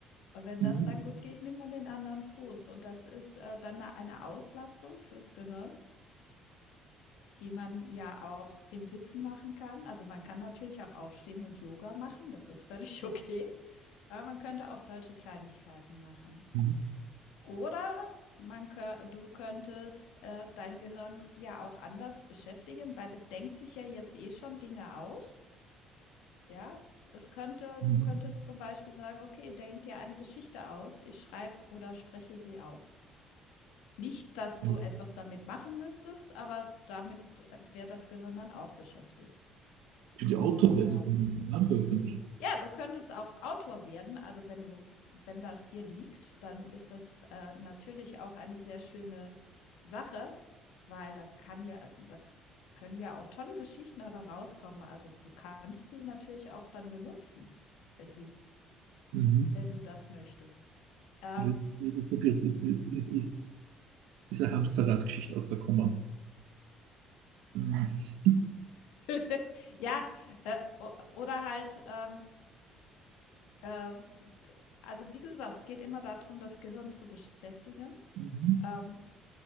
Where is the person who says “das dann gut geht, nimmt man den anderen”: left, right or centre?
Left